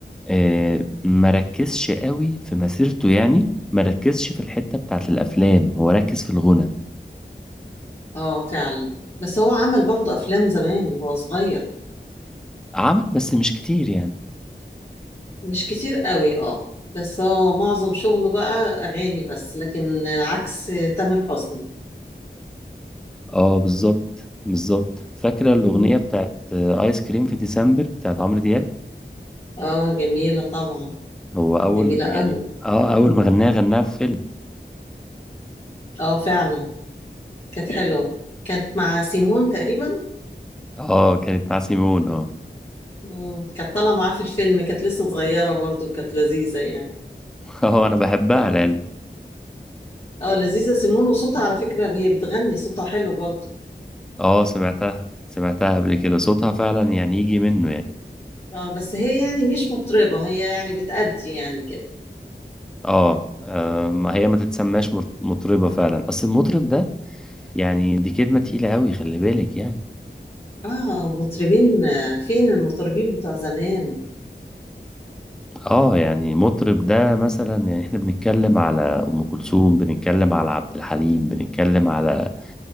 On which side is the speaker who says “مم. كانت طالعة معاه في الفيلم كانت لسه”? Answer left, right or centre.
Left